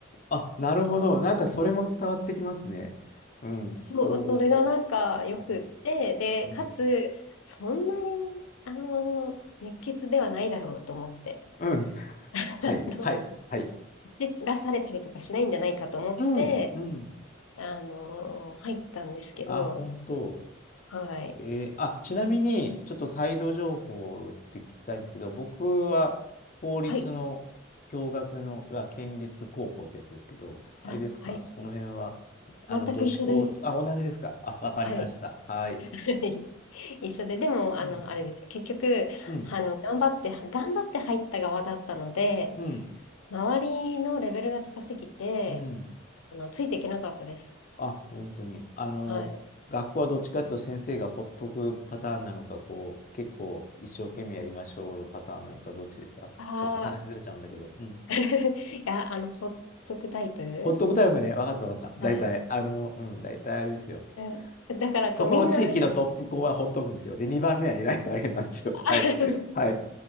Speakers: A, on the left (about 40°); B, on the left (about 85°).
A: あ、なるほど。なんかそれも伝わってきますね。うん。
B: そう、
A: こ
B: それがなんかよくって、
A: う。う
B: で、かつ、
A: ん。うん。
B: そんなに、あの、熱血ではないだろうと思って。
A: うん
B: あ
A: はい。
B: の
A: はい。はい。
B: 走らされたりとかしないんじゃないかと思って、
A: うん。うん。
B: あの入ったんですけど、
A: あ、本当。
B: はい。
A: えーあ、ちなみに、ちょっとサイド情報って聞きたいんですけど、僕は公立の共学の、
B: はい。
A: いわゆる県立高校ってやつですけど、あれですか、
B: あ、はい。
A: その辺は、あの、
B: 全く一緒です。
A: 女子校と、あ、同じですか。あ、わかりました。
B: はい。
A: はい。
B: <laughs> 一緒で、でも、あの、
A: うん、
B: あれですよ。結局、
A: うん、
B: あの、頑張って、頑張って入った側だったので、
A: うん、
B: 周りのレベルが高すぎて、
A: うん。
B: あの、ついていけなかったです。
A: あ、本当に。あの、
B: はい。
A: 学校はどっちかっていうと先生がほっとくパターンなのか、こう、結構一生懸命やりましょうのパターンなのか、どっちでしたちょっと話ずれちゃうんだけど。
B: ああ、
A: うん。
B: <laughs> いや、あの、ほっとくタイプ
A: ホットクタイプね。わかったわかった。
B: はい。
A: 大体、あの、うん、大体あれですよ。
B: うんだから、
A: そこの地域のトップ校はほっとくんですよ。
B: こう、みんななんか、
A: で、2番目は偉い大変なんですよ。
B: <laughs>
A: はい。はい。